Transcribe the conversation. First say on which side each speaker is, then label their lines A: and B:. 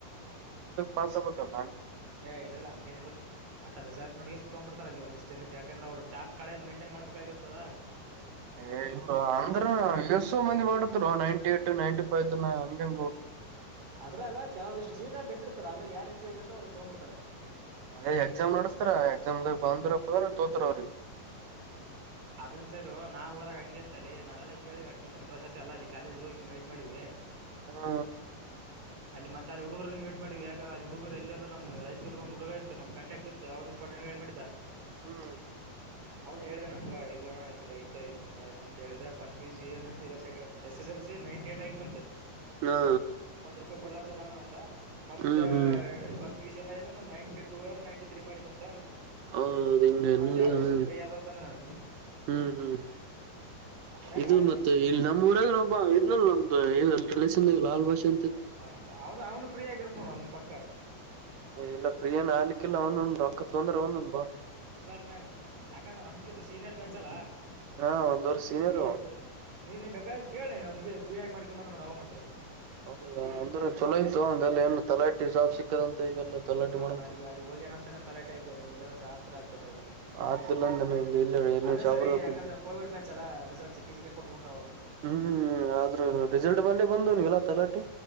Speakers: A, on the right; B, on the right.
A: ಪಾಸ್ಗೆಬೇಕಲ್
B: ಏ ಇಲ್ಲ ಇಲ್ಲ ಹಂಗೇನ ಇಲ್ಲ ವಟರ್ ರಿಸಲ್ಟ್ ನೋಡಿಷ್ಟ ತಗ್ಬ ಬಿಡ್ತಾರಲ್ಲಿ ಒಂದಷ್ಟ ದಿನಕ್ಕೆ ಯಾಕಂದ್ರ ಅವರು ಟ್ಯಾಪ್ ಕೇಜ ಮಂಟನ್ ಮಾಡಬೇಕಾಗಿರ್ತದ
A: ಏ ಇಲ್ಲ ಅಂದ್ರ ಎಸೋ ಮಂದಿ ಮಾಡತ್ ನೈಂಟಿ ಏಟ್ ನೈನ್ಟಿ ಫೈವ್ ಹಂಗಂಗ
B: ಅದ್ರಾಗ ಕೆಲವಂದಿಷ್ಟು ಸೀಟ್ ಅಂತ ಇಟ್ಟಿರ್ತಾರೆ ಅದ್ರಾಗ ಯಾರ್ ಹೆಚ್ಚೆ ಆಗಿರ್ತೋ ಅದ್ರ ತಗ್ಬಿಡ್ತಾರೆ
A: ಅ ಎಕ್ಸಾಮ್ ನಡಸ್ತಾರ ಎಕ್ಸಾಮ್ ದಾಗ ಬಂದ್ರಪ್ಪದ ತೋತ್ರರ ಅವ್ರಿಗೆ
B: ಅದನ್ನ ಸರಿ ನಾವು ಹೋದಾಗ ಹಂಗೆ ಏತಾಲ್ಲಿ ನಾವೆಲ್ಲಾ ಕೇಳಿವವಿ ಅಡ್ಮಿಷನ್ ಪ್ರೊಸೆಸ್ ಎಲ್ಲ ಇಲ್ಲಿ ಕಾಲೇಜ್ ಹೋಗಿ ಮೈಟ್ ಮಾಡ್ವಿ
A: ಹಾ
B: ಮತ್ತ ಅಲ್ಲಿ ಹುಡುಗರು ಮೀ ಮಾಡ್ದ ಅ ಏಕೆಂದರೆ ಹುಡುಗರು ಎಲ್ಲಂದ್ರ ನ ಚ ಹುಡುಗ ಇತ್ತು ನಮ ಕಂಟಕ್ಟ್ ಇತ್ತು ಒಂದ ಮಾಡಿದ್ದ
A: ಹ್ಮ್
B: ಅವ್ನು ಹೇಳಿದೆೆ ನಮ್ಗ ಇಲ್ಲೋಣ್ಣ ಹಂಗ ಐತಾ ಹಂಗ ಹಿಂಗ ಆಯ್ತ ಅಂತ ಹೇಳಿದ ಸ್ಟ್ ಪಿ ಯು ಸಿ ಏನ್ ಇಲ್ಲ ಸೆ S S L C ninety eight ಆಗಿತ್ತಂತೆ
A: ಹಾ
B: ಒಂದ್ ರೂಪಾಯಿ ಕೊಳ್ಳಾರ್ದ ಬಂದನ ಅಂತ ಮತ್ತೆ
A: ಹ್ಮ್ ಹ್ಮ್
B: first P P U C ninety two N ninety three ಮಾಡಿದ ಅಂತ
A: ಹೌದೌದು ಹಿಂಗ ಅನ್ನೋದು
B: ಮತ್ತ ಎರಡು ವರ್ಷ
A: ಹ್ಮ್
B: ಪ್ರಿಯ ಅಾದ ಅಂತ ಅಂದ್ರೆ ನನಗೆ.
A: ಹ್ಮ್ ಹ್ಮ್
B: ಅದ್ರಾಗ
A: ಇದು ಮತ್ತೆ ಇಲ್ಲಿ ನಮಮ್ಮ ಊರಾಗ ನೋಬ. ಇದನಲ್ ನಮ್ದು ಇ ರಿಲೇಷನ್ ಲಾಲ್ ಭಾಷನ್
B: ಹೌದಾ ಹೌದ್ ಅವ್ನು ಫ್ರೀ ಆಗಿರುತ್ತ ನೋಡ ಅವನ್ ಪಕ್ಕ
A: ಏ ಇಲ್ಲ ಫ್ರೀಯನ್ ಅಳಿಕಿಲ್ಲ ಅವನು ರೊಕ್ಕ ತೊಂದ್ರೆ ಒಂದನ್ ಬಾ
B: <unintelligible> ಯಾಕಂದ್ರೆ ನಮ್ಕಿಂತ ಸೀನಿಯರ್ ಬ್ಯಾಚ್ ಅಲ್ಲಾ
A: ಹಾ ಒಂದ್ ವರ್ಷ ಸೀನಿಯರ್
B: ಫ್ರೀ
A: ಅವ
B: ಆಗಿಬಂದೆನ್ ನೀನ್ನ್ ಬೇಕಾದ್ರೆ ಕೇಳಿ ನಿನ್ ಅವ್ನಿಗ್ <unintelligible> ಫ್ರೀಯಗ ಮಾಡಕೊ ಬಂದನ್ ನೋಡ ಅವ ಮಾತ್ರ
A: ಹೌದಾ ಅಂದ್ರೆ ಚೊಲೋ ಐತೊ ಒಂದಲ್ಲ ಏನ್ ತಲಾಟಿ ಸಾ ಸಿಕ್ಕದಂತ ಈಗೆಲ್ಲ ತಲಾಟಿ
B: ಅವನ್
A: ಮಾಡತಾನ
B: ಅಲ್ಲಿ ಅಲ್ಲಿ ಹೋಗ್ಯನಂತಾನ ತಲೆಾಟೆ ಆಯತ ಇಲ್ಲ ಸ ತರ ಆಗ್ತಿರ್ಲಲ್ಲಾ
A: ಆದಿಲ್ಲಂದನ ಇಲ್ಲಿ ಇಲ್ಲ ಇಲ್ಲಿ
B: ಅದನ್
A: ಶಾಪುರದ
B: ಸರಿ ಯಾಕಂದ್ರೆ ಕೋವಿಡ್ ಬ್ಯಾಚ್ ಅಲ್ಲ ರಿಸಲ್ಟ್ ಜಿಕ್ಕಿಜಿಕ್ಕಿ ಕೊಟ್ಟ ಬಿಿಟ್ರ ಅವಾಗ
A: ಹ್ಮ್ ಹ್ಮ್ ಅದ್ರ್ ರಿಸಲ್ಟ್ ಬಲ್ಲಿಿ ಬಂದವನಗೆಲ್ಲ ತಲಾಟಿ